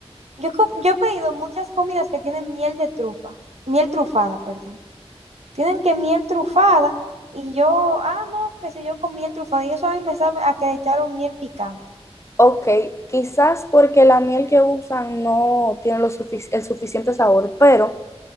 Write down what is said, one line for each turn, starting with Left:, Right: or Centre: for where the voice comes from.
Right: Yo, com- yo he pedido muchas comidas que tienen miel de trufa, miel trufada, perdón. Tienen que miel trufada y yo, ah, no, qué sé yo, con miel trufada y eso a mí me sabe a que le echaron miel picante.
Left: Ok, quizás porque la miel que usan no tiene lo sufic- el suficiente sabor, pero